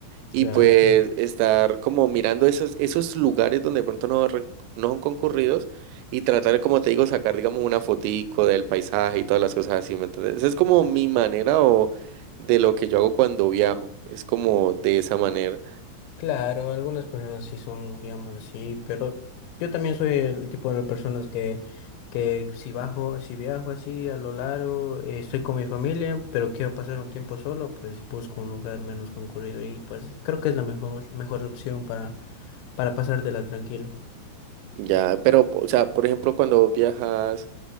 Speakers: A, on the right (about 85°); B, on the left (about 85°).
A: y
B: claro,
A: pues
B: claro.
A: estar como mirando esos, esos lugares donde de pronto no, re- no son concurridos y tratar, como te digo, sacar, digamos, una fotico del paisaje y todas las cosas así, ¿me entiendes? Esa es como mi manera o de lo que yo hago cuando viajo, es como de esa manera.
B: Claro, algunas personas sí son, digamos así, pero yo también soy el tipo de personas que, que si bajo, si viajo así a lo largo, eh, estoy con mi familia, pero quiero pasar un tiempo solo, pues busco un lugar menos concurrido y pues creo que es la mejor, mejor opción para, para pasártela tranquilo.
A: Ya, pero, o sea, por ejemplo, cuando vos viajas,